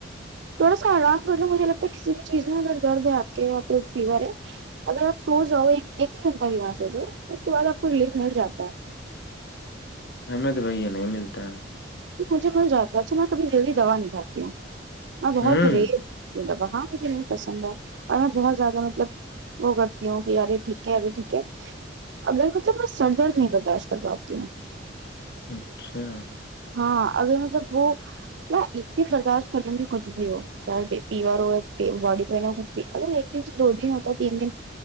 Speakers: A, on the right; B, on the left.
A: تھوڑا سا آرام ر لو مجھے لگتا ہے کسی بھی چیز میں اگر درد ہے آپ کے یہاں پہ فیور ہے اگر آپ سو جاؤ ایک ایک ہی گھنٹہ کی م سوچو اس کے بعد آپ کو ریلیف مل جاتا ہے
B: ہمیں تو بھیا نہیں ملتا ہے
A: مجھے کل جاتا اچھا میں کبھی جلدی دوا نہیں کاتی ہوں میں بہت
B: ہوں
A: ریز کی وہاں مجھے نہیں پسند ہے اور میں بہت زیادہ مطلب وہ کرتی ہوں کہ ارے ٹھیک ہے ارے ٹھیک ہے اگر مطلب میں سر درد نہیں برداشت کر پااتی ہوں
B: اچھا
A: ہاں اگر مطلب وہ ن اتنی برداشت کر لوں گی کچھ بھی ہو چاہے فیور ہو باڈی پین ہو کچھ بھی اگر ایک دن سے دو دن ہوتا تین دن